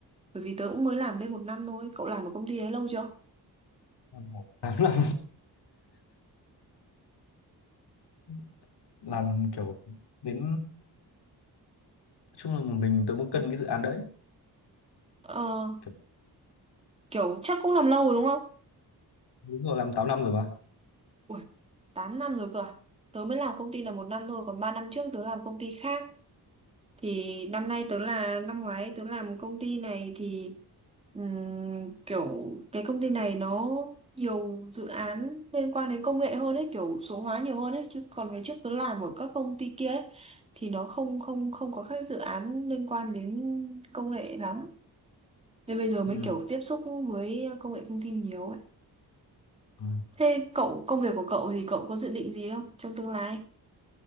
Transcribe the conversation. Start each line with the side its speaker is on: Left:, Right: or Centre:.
Right: Bởi vì tớ cũng mới làm đây một năm thôi. Cậu làm ở công ty đấy lâu chưa?
Left: Làm một tám năm <laughs> làm kiểu đến nói chung là một mình tớ muốn cân cái dự án đấy.
Right: Ờ,
Left: Kiểu,
Right: kiểu chắc cũng làm lâu rồi đúng không?
Left: đúng rồi làm tám năm rồi mà.
Right: Ủa, 8 năm rồi cơ à? Tớ mới làm công ty là một năm thôi, còn 3 năm trước tớ làm công ty khác. Thì năm nay tớ là năm ngoái tớ làm công ty này thì ừm, kiểu cái công ty này nó nhiều dự án liên quan đến công nghệ hơn ấy, kiểu số hóa nhiều hơn ấy, chứ còn ngày trước tớ làm ở các công ty kia ấy thì nó không không không có các dự án liên quan đến công nghệ lắm. Nên bây giờ mới
Left: Ừ.
Right: kiểu tiếp xúc với công nghệ thông tin nhiều ấy.
Left: Ừ.
Right: Thế cậu công việc của cậu thì cậu có dự định gì không trong tương lai?